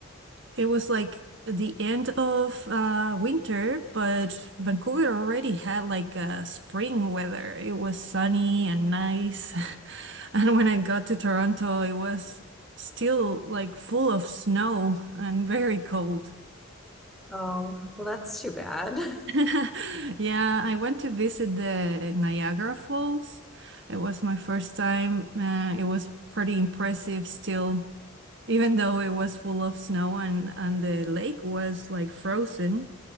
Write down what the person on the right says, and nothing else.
It was like the end of uh, winter, but Vancouver already had like a spring weather. It was sunny and nice. <laughs> And when I got to Toronto, it was still like full of snow and very cold.
<laughs> Yeah, I went to visit the Niagara Falls. It was my first time. Uh, it was pretty impressive still, even though it was full of snow and, and the lake was like frozen.